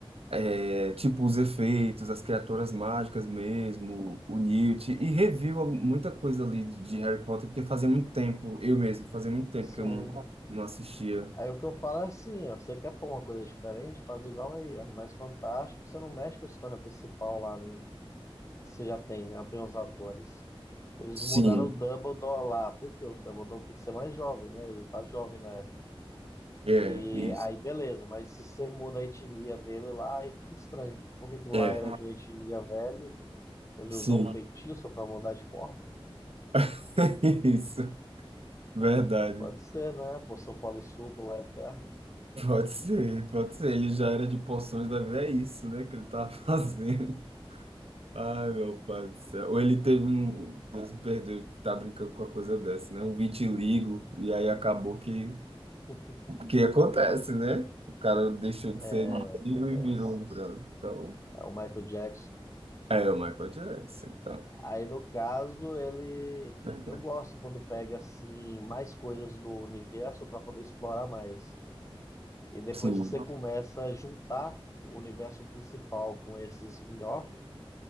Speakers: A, on the right; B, on the left.
A: é, tipo os efeitos, as criaturas mágicas mesmo, o Newt, e reviu al- muita coisa ali de de Harry Potter, porque fazia muito tempo, eu mesmo, fazia muito tempo
B: Sim.
A: que eu não, não assistia.
B: Aí o que eu falo é assim, ó, você quer pôr uma coisa diferente, faz igual aí, Animais Fantásticos, você não mexe com a história principal lá, né? Você já tem, já tem os atores. Eles
A: Sim,
B: mudaram o Dumbledore lá, porque o Dumbledore tem que ser mais jovem, né? Ele não tá jovem na época.
A: é,
B: E
A: isso.
B: aí, beleza, mas se você muda a etnia dele lá, aí fica estranho. Porque lá
A: É,
B: era de uma etnia velho, ele
A: sim,
B: usou um feitiço para mudar de forma?
A: <laughs> isso, verdade.
B: Pode ser, né? A poção polissuco lá eterna.
A: Pode ser, pode ser. Ele já era de poções, vai ver, é isso, né, que ele tá <laughs> fazendo. Ai, meu pai do céu. Ou ele teve um, Deus me perdoe, tá brincando com a coisa dessa, né? Um vitiligo, e aí acabou que,
B: <laughs>
A: que acontece, né? O cara deixou de
B: É,
A: ser
B: acontece.
A: negro e virou um branco. Então,
B: É o Michael Jackson.
A: é o Michael Jackson, então.
B: Aí, no caso, ele.
A: né?
B: Eu gosto quando pega assim mais coisas do universo para poder explorar mais. E depois
A: Sim,
B: que você começa a juntar o universo principal com esse spin-off,